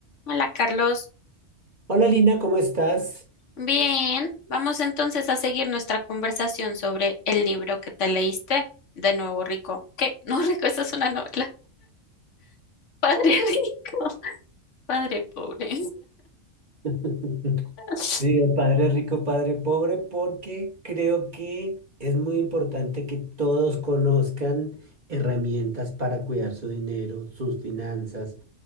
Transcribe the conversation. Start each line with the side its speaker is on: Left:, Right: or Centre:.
Left: Hola Carlos,
Right: Hola Lina, ¿cómo estás?
Left: bien, vamos entonces a seguir nuestra conversación sobre el libro que te leíste, de nuevo rico. ¿Qué? <laughs> No rico, esa es una novela. Padre rico, <laughs> padre pobre.
Right: <laughs>
Left: <laughs>
Right: Digo, padre rico, padre pobre, porque creo que es muy importante que todos conozcan herramientas para cuidar su dinero, sus finanzas,